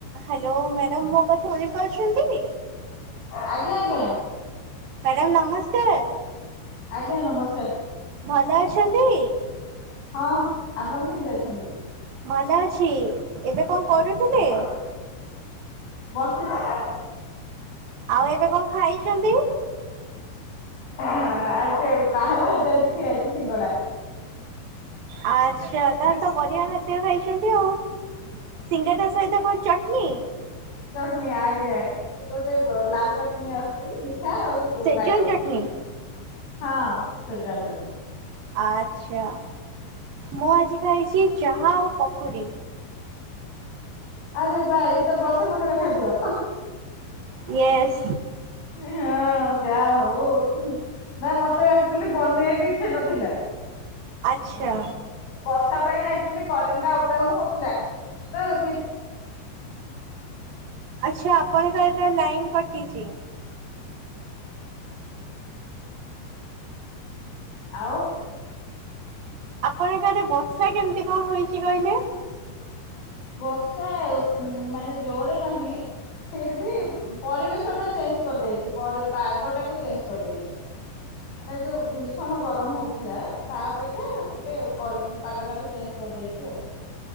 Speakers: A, on the right; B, on the left.
A: Hello, madam ମୋ କଥା ଶୁଣିପାରୁଛନ୍ତି?
B: ଆଜ୍ଞା, ଆଜ୍ଞା।
A: ମ୍ୟାଡ଼ାମ୍ ନମସ୍କାର,
B: ଆଜ୍ଞା ନମସ୍କାର
A: ଭଲ ଅଛନ୍ତି?
B: ହଁ, ଆପଣ କେମିତି ଅଛନ୍ତି?
A: ଭଲ ଅଛି। ଏବେ କଣ କରୁଥିଲେ?
B: ଆଜ୍ଞା ବସିଛି।
A: ଆଉ ଏବେ କଣ ଖାଇଛନ୍ତି?
B: ହଁ ଆଜି ଏ ବାହାର ଖାଦ୍ୟ ଆଜି ଖିଆ ହେଇଛି ସିଙ୍ଗଡା।
A: ଆଚ୍ଛା, ତାହେଲେ ତ ବଢିଆ ଖାଦ୍ୟ ଖାଇଛନ୍ତି ଆଉ। ସିଙ୍ଗେରା ସହିତ କଣ ଚଟ୍ନି?
B: ଚଟ୍ନି ଆଜ୍ଞା ଗୋଟେ ଅ, ଲାଲ ଚଟ୍ନି ଆସ ଚି ମିଠା ଆଉ ଗ-ରାଗ,
A: ସେଜୱାନ ଚଟନି।
B: ହଁ ସେଜୱାନ୍ ଚଟ୍ନି।
A: ଆଚ୍ଛା, ମୁଁ ଆଜି ଖାଇଛି ଚାହା ଆଉ ପକୁଡ଼ି।
B: ଆରେ ବା ଇଏ ତ ବର୍ଷା ପାଗର ଖାଦ୍ୟ।
A: ୟେସ୍
B: ଏଁ ହଁ ଯା ହଉ ହୁଁ,। ନା ମୋତେ ଆକ୍ଚୁଲି ବନେଇବାକୁ ଇଚ୍ଛା ନଥିଲା।
A: ଆଚ୍ଛା
B: <inaudible> ବର୍ଷା ପାଇଁ ଆକ୍ଚୁଲି କରେଣ୍ଟ ଟା ଅପଡାଉନ୍ ହଉଥୁଲା। ତ କିଛି
A: ଆଚ୍ଛା, ଆପଣଙ୍କ ଆଡ଼େ ଲାଇନ୍ କଟିଚି?
B: ଆଉ।
A: ଆପଣଙ୍କ ଆଡ଼େ ବର୍ଷା କେମିତି କଣ ହୋଇଛି କହିଲେ?
B: ବର୍ଷା ଉଁ, ମାନେ ଜୋରେ ନାହିଁ, ଫେରଭି ପରିବେଶ ଟା ଚେଞ୍ଜ କରିଦେଇଛି, ପରେ ପାଗ ଟାକୁ ଚେଞ୍ଜ କରିଦେଇଛି। ମାନେ ଯୋଉ ଭୀଷଣ ଗରମ ହଉଥିଲା ତା ଅପେକ୍ଷା ଟିକେ ପରି ପାଗ ଟାକୁ ଚେଞ୍ଜ କରିଦେଇଚି ଆଉ।